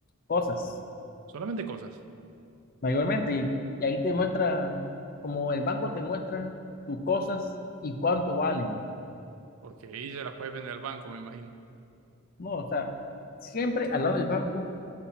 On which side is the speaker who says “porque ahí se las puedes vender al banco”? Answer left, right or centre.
Right